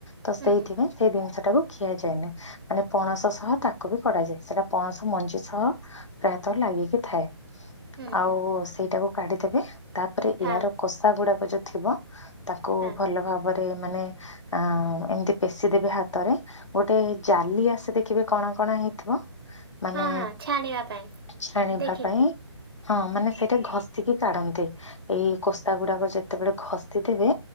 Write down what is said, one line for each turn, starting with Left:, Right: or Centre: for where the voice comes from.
Left: ତ ସେଇଥିପାଇଁ
Right: ହୁଁ ହୁଁ
Left: ସେଇ ଜିନିଷ ଟାକୁ ଖିଆଯାଏନି। ମାନେ ପଣସ ସହ ତାକୁ ବି କଢା ଯାଏ। ସେଟା ପଣସ ମଞ୍ଜି ସହ ଲାଗିକି ଥାଏ।
Right: ହୁଁ
Left: ଆଉ
Right: ହୁଁ
Left: ସେଇଟାକୁ କାଢିଦେବେ। ତାପରେ
Right: ହଁ
Left: ଏହାର କଷା ଗୁଡାକ ଯୋଉ ଥିବ ତାକୁ
Right: ହଁ
Left: ଭଲ ଭାବ ରେ ମାନେ ଆଁ ଏମତି ପେଶି ଦେବେ ହାତରେ। ଗୋଟେ ଜାଲି ଆସେ ଦେଖିବେ କଣ କଣ ହେଇଥିବ ମାନେ
Right: ହଁ ହଁ ଛାଣିବା ପାଇଁ
Left: ଛାଣିବା
Right: ଦେଖିଛି
Left: ପାଇଁ ହଁ ମାନେ ସେଇଟା ଘଶି କି କାଢନ୍ତି ଏଇ କୋଶା ଗୁଡାକ ଯେତେବେଳେ ଘଷି ଦେବେ।